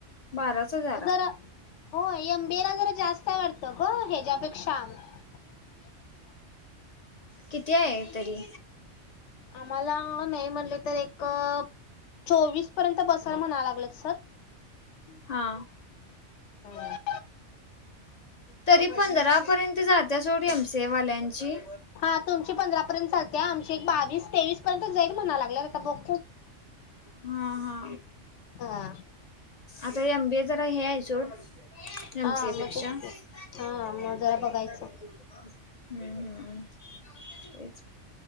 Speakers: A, on the left; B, on the left.
A: बाराच हजार
B: जर हो यंबिला जरा जास्त वाटत ग हच्यापेक्षा आ.
A: किती आहे तरी
B: आम्हाला नाही म्हणले तर एक चोवीस पर्यंत बसायला म्हणा लागलं सर
A: हा.
B: ह.
A: तरी पंधरापर्यंत जाते सोड एम सीए वाल्यांची
B: हा तुमची पंधरा पर्यंत चालते आमची एक बावीस तेवीस पर्यंत जाईल म्हणा लागलेत आता बघ.
A: हा हा.
B: हा.
A: आता एमबी जरा हे आहे सोड. एमसीपेक्षा
B: हा मग तेच
A: हम्म
B: की हा मग जरा बघायचं
A: हम्म तेच